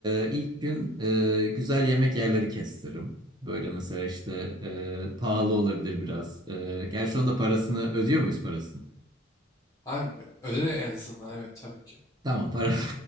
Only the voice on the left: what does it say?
Abi öyle en azından evet tabii ki.